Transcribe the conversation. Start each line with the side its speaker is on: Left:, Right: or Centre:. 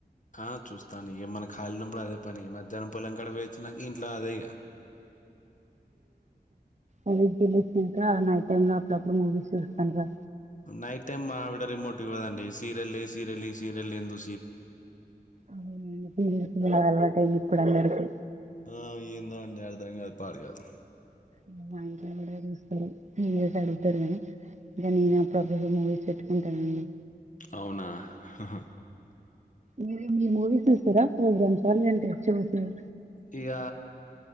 Left: ఆ చూస్తాను. ఇ మన ఖాల్ ఉనప్పుడు అదే పని మధ్యాహ్నం పొలంకాడ పోయొచ్చినాక ఇంట్లో అదే ఇగ.
Right: అలీప్ దిలీప్ ఇంకా నైట్ టైమ్ లో అప్పుడప్పుడు మూవీస్ చూస్తాన్ రా
Left: నైట్ టైమ్ మా ఆవిడ రిమోట్ ఇవ్వద్ అండి. సీరియల్ ఏ సీరియల్ ఏ ఈ సీరియల్ ఎం చూ
Right: ఉ చిన్న చిన్న ఇగ అలవాటు అయ్యి ఇప్పుడు అందరికి
Left: ఆ ఏందో అండి అర్థం కాదు పాడు కాదు
Right: ఉ మంచోళ్ళని కూడ చూస్తరు ఉమ్ బ్బాయిలు ఇద్దరు గాని ఇగ నేనే అప్పుడుప్పుడు మూవీస్ పెట్టుకుంటాను
Left: అవునా అహు
Right: మీది మీరు మూవీస్ చూస్తారా ప్రోగ్రామ్స్ అర్ లేదంటే షో చూస్తారా
Left: ఇగ